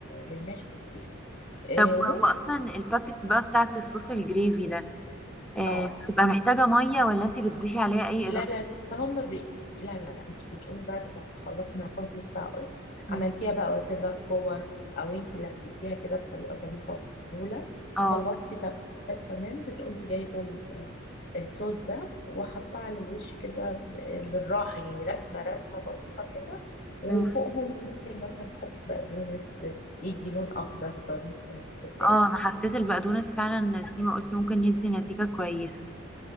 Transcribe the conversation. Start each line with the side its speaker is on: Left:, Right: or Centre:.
Left: للماش بوتيتو آه،
Centre: طب
Left: وممكن
Centre: هو اصلا الباكتس بقى بتاعت الصوص الجريفي ده آه،
Left: اه
Centre: بتبقى محتاجه ميه ولا انتي بتضيفي عليها اي
Left: لا
Centre: اضافات
Left: لا لا هم بي... لا لا انت بتقومي بعد ما بتخلصي ما أنا كنت لسه هقول
Centre: مم.
Left: عملتيها بقى وكذا كور او انت لفتيها كده بطريقه ظريفه في بوله
Centre: اه
Left: خلصتي تك- ده تمام بتقومي جايبه ال- الصوص ده وحطاه على الوش كده ب- بالراحه يعني رسمه رسمه بسيطه كده وفوقهم
Centre: مم.
Left: ممكن مثلا تحطي بقدونس يدي لون اخضر ظريف يعني في التقديم
Centre: اه انا حسيت البقدونس فعلا زي ما قلتي ممكن يدي نتيجه كويسه